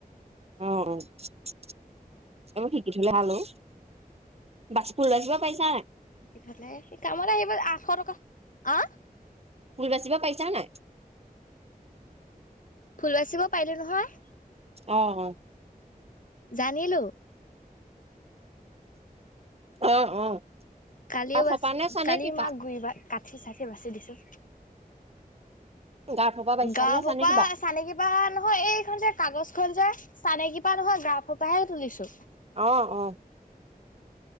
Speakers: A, on the right; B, on the left.
A: অ অ এইবোৰ শিকি থলে ভালো বাছপুৰ বাচিব পাৰিছা নাই।
B: শিকি থলে কামত আহিব আশ টকা আহ।
A: ফুল বাচিব পাৰিছা নাই।
B: ফুল বাচিব পাৰিলোঁ নহয়।
A: অ অ
B: জানিলোঁ।
A: অ অ
B: কালিও
A: গাৰফপা
B: বাছ
A: নে চানে
B: কালি
A: কিবা
B: মাক ঘুৰিবা কাট <unintelligible> ঠি চাকে বাচি দিছোঁ।
A: গাৰফপা বাচিছা
B: গাৰাফ
A: নে চানে
B: পা
A: কিবা
B: চানেকি পা নহয় এইখন যে কাগজ খন যে চানেকি পা নহয় গাৰাফপাহে তুলিছোঁ। তো
A: অহ অহ